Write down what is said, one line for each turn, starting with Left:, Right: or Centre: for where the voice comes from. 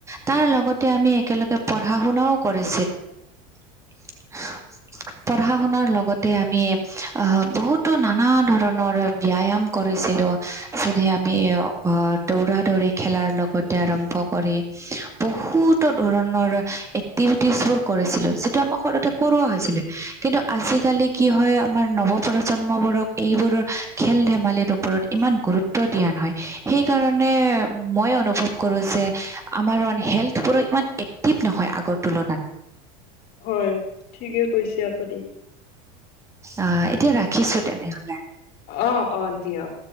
Right: তাৰ লগতে আমি একেলগে পঢ়া শুনাও কৰিছিল।
Left: <inaudible>
Right: <inaudible> পঢ়া শুনাৰ লগতে আমি আহ বহুতো নানা ধৰণৰ ব্যায়াম কৰিছিলো। যেনে আমি আহ দৌৰা - দৌৰি খেলাৰ লগতে আৰম্ভ কৰি। বহুতো ধৰণৰ এক্টিভি। বোৰ কৰিছিলো যিটো আমাক সৰুতে কৰোৱা হৈছিলে কিন্তু আজিকালি কি হয় আমাৰ নৱপ। প্ৰ জন্মবোৰক এইবোৰৰ খেল ধেমালিৰ ওপৰত ইমান গুৰুত্ব দিয়া নহয়। সেইকাৰণে মই অনুভৱ কৰোঁ যে আমাৰ হেল্থবোৰো ইমান এক্টিভ নহয় আগত। তুলনাত।
Left: হয়, ঠিকে কৈছে আপুনি।
Right: অ' এতিয়া ৰাখিছো তেনেহলে।
Left: অ' অ' দিয়ক।